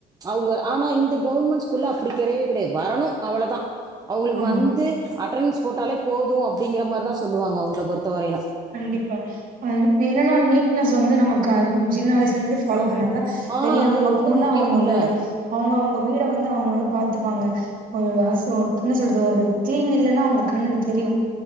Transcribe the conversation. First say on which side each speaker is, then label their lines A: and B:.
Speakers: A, on the right; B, on the right.
A: அவங்க ஆனா இந்த கவர்மெண்ட் ஸ்கூல்ல அப்படி கிடையவே கிடையது வருரனும் அவ்வளோ தான் அவங்களுக்கு
B: ஆமா
A: வந்து அ அட்ரன்ஸ் போட்டாலே போதும் அப்படிங்கிற மாரி தான் சொல்லாங்க அவங்கல பொருத்த வரையும்
B: கண்டிப்பாஹ என்னன்னா நீட்னஸ் வந்து நமக்கு ஐஞ் சின்ன வயசு ல இருந்து பாலோ
A: ஓ
B: பண்ணா தான்
A: ஆ
B: பெரிய
A: அது
B: அவங்க
A: ரொம்ப
B: கொன்னா
A: முக்கியம்
B: அவங்ளோட
A: இல்ல
B: அவங்க அவங்க வீட வந்து அவங்க அவங்க பார்த்துப்பாங்க என்ன கோஜோ அசோ என்ன சொல்றது ஒரு கிளீன் இல்லன்னா அவங்க கண்ணுக்கு தெரியும்